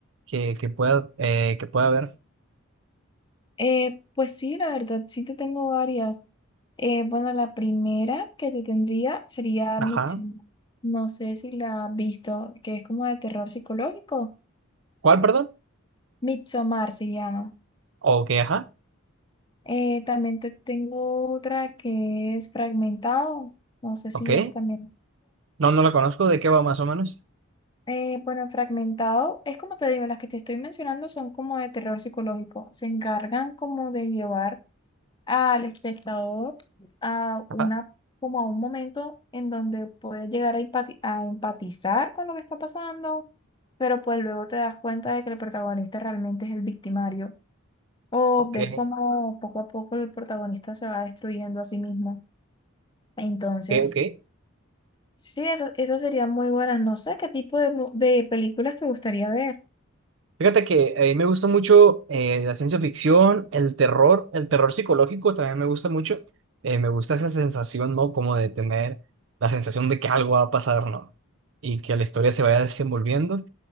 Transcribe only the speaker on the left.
Eh, pues sí, la verdad, sí te tengo varias. Eh, bueno, la primera que te tendría sería
Midsommar. No sé si la has visto, que es como de terror psicológico.
Midsommar se llama.
Eh, también te tengo otra que es Fragmentado. No sé
si ya también.
Eh, bueno, Fragmentado es como te digo, las que te estoy mencionando son como de terror psicológico. Se encargan como de llevar al espectador a
una como a un momento en donde puedes llegar a, empati- a empatizar con lo que está pasando, pero pues luego te das cuenta de que el protagonista realmente es el victimario o
ves como poco a poco el protagonista se va destruyendo a sí mismo. Entonces,
sí, esa- esas serían muy buenas. No sé qué tipo de, mu- de películas te gustaría ver.